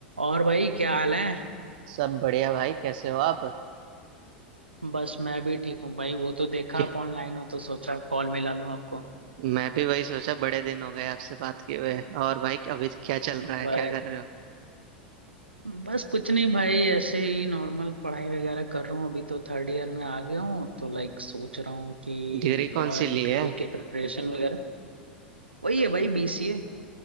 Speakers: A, on the right (about 90°); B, on the right (about 55°).
A: और भाई क्या हाल है
B: सब बढ़िया भाई कैसे हो आप
A: बस मैं भी ठीक हूँ भाई वो तो देखा
B: क्या-
A: आप ऑनलाइन हो तो सोचा कॉल मिला लूँ आपको
B: मैं भी वही सोचा बड़े दिन हो गए आपसे बात किए हुए और भाई अभी क्या चल रहा
A: बस
B: है क्या कर रहे हो
A: बस कुछ नहीं भाई ऐसे ही नॉर्मल पढ़ाई वगैरह कर रहा हूँ अभी तो थर्ड ईयर में आ गया हूँ तो लाइक सोच रहा हूँ कि
B: डिग्री कौन
A: थोड़ा
B: सी
A: इंटरव्यू
B: ली है
A: की प्रिपरेशन वगैरह वही है भाई बीसीए